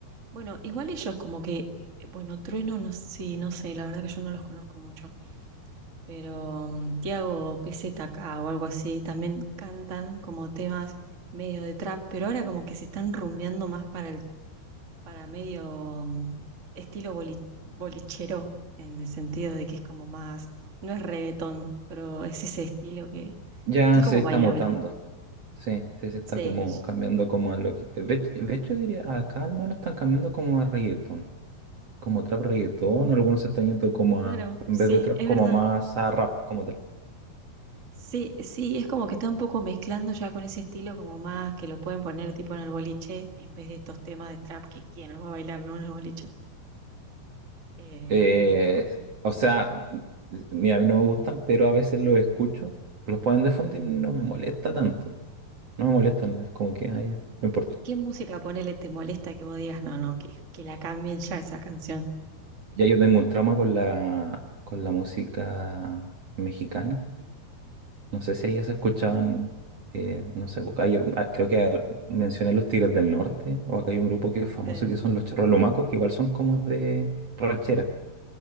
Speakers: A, on the right; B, on the right.
A: bueno, igual ellos como que, eh, bueno, Trueno, no, sí, no sé, la verdad que yo no los conozco mucho. pero mm, Tiago PZK o algo así, también cantan como temas medio de trap, pero ahora como que se están rumbeando más para el, para medio mm, estilo boli- bolichero, en el sentido de que es como más, no es reggaetón, pero es ese estilo que,
B: Ya
A: que es
B: se
A: como
B: está
A: bailable.
B: mutando, sí, sí, se está
A: Sí,
B: como cambiando como a lo que... De, de hecho diría, acá al menos están cambiando como a reggaeton. como trap reggaetón, o algunos se están yendo como
A: claro,
B: a, en
A: sí,
B: vez de trap,
A: es
B: como
A: verdad.
B: más a rap como tal.
A: Sí, sí, es como que está un poco mezclando ya con ese estilo como más que lo pueden poner tipo en el boliche en vez de estos temas de trap que quién lo va a bailar, ¿no? En el boliche. Eh,
B: Eh,
A: pero
B: o
A: sí
B: sea, mira, a mí no me gustan, pero a veces los escucho, los ponen de fondo y no me molesta tanto. No me molesta, no, es como que, ay, ya, no importa.
A: ¿Y qué música ponele te molesta que vos digas, no, no, que, que la cambien ya esa canción?
B: Ya yo tengo un trauma con la, con la música mexicana. No sé si ellas escuchaban, eh, no sé, porque ayer, ah, creo que mencioné los Tigres del Norte, o acá hay un grupo que es famoso
A: Sí.
B: que son los Charros Lumacos, que igual son como de ranchera.